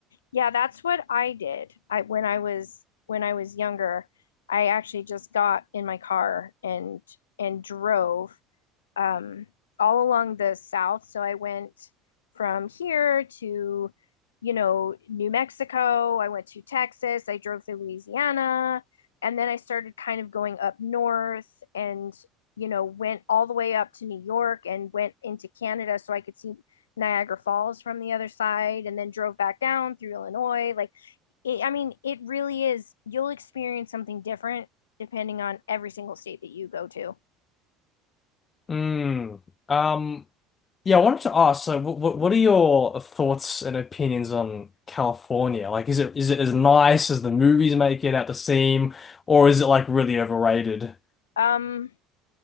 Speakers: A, on the left; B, on the left.
A: yeah, that's what I did. I when I was when I was younger, I actually just got in my car and and drove um, all along the south. So I went from here to, you know, New Mexico. I went to Texas. I drove through Louisiana. And then I started kind of going up north and, you know, went all the way up to New York and went into Canada so I could see Niagara Falls from the other side and then drove back down through Illinois. Like, it, I mean, it really is, you'll experience something different depending on every single state that you go to.
B: Mm. Um, yeah, I wanted to ask, so what what what are your thoughts and opinions on California? Like, is it is it as nice as the movies make it out to seem, or is it like really overrated?
A: Um,